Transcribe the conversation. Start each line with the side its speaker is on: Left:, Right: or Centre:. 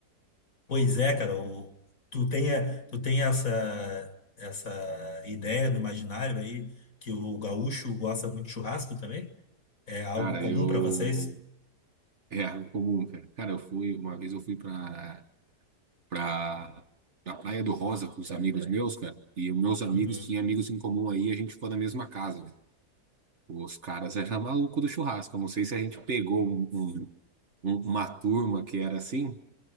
Left: Pois é, cara, o, tu tem, a- tu tem essa, essa ideia no imaginário aí que o gaúcho gosta muito de churrasco também? É algo
Right: Cara,
Left: comum
Right: eu.
Left: para vocês?
Right: É algo comum, cara. Cara, eu fui. Uma vez eu fui pra. pra, pra Praia do Rosa com os amigos meus, cara. E os meus amigos
Left: Uhum.
Right: tinham amigos em comum aí, a gente ficou na mesma casa, velho. Os caras eram maluco do churrasco. Eu Não sei se a gente pegou um- um- um- uma turma que era assim,